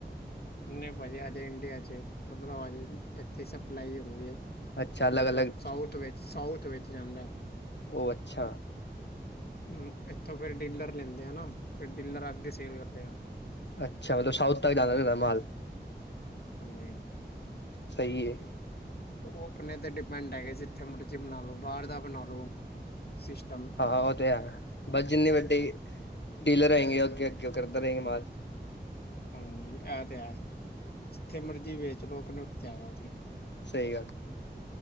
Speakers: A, on the left (about 60°); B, on the left (about 80°).
A: ਨਹੀਂ ਭਾਜੀ ਹਜੇ ਇੰਡੀਆ ਚ ਮਤਲਬ ਹਜੇ ਇੱਥੇ ਈ ਸਪਲਾਈ ਹੁੰਦੀ ਆ।
B: ਅੱਛਾ ਅਲੱਗ
A: ਮਤਲਬ
B: ਅਲੱਗ
A: ਸਾਊਥ ਵਿੱਚ ਸਾਊਥ ਵਿੱਚ ਜਾਂਦਾ ਐ
B: ਓ ਅੱਛਾ।
A: ਹਮ ਇੱਥੋਂ ਫੇਰ ਡੀਲਰ ਲੈਂਦੇ ਆ ਨਾ ਫਿਰ ਡੀਲਰ ਅਦੇ ਸੇਲ ਕਰਦੇ ਆ
B: ਅੱਛਾ ਮਲਬ ਸਾਊਥ ਤਕ ਜਾਂਦਾ ਤੁਹਾਡਾ ਮਾਲ
A: ਹਾਂਜੀ
B: ਸਹੀ ਹੈ
A: ਉਹ ਆਪਣੇ ਤੇ ਡਿਪੈਂਡ ਹੈਗੇ ਸ ਜਿੱਥੇ ਮਰਜ਼ੀ ਬਣਾ ਲੋ ਬਾਹਰ ਦਾ ਬਣਾ ਲੋ ਸਿਸਟਮ
B: ਹਾਂ ਉਹ ਤੇ ਹੈ। ਬਸ ਜਿੰਨੀ ਵੱਡੀ ਡੀਲਰ ਹੋਏਗੇ ਅੱਗੇ-ਅੱਗੇ ਉਹ ਕਰਦੇ ਰਹੇਗਾ <unintelligible> ਨਾਲ
A: ਹਾਂਜੀ ਐ ਤੇ ਹੈ। ਜਿੱਥੇ ਮਰਜ਼ੀ ਵੇਚ ਲੋਕ ਆਪਣੇ ਉੱਤੇ ਹੈਗਾ ਉਤੇ
B: ਸਹੀ ਗੱਲ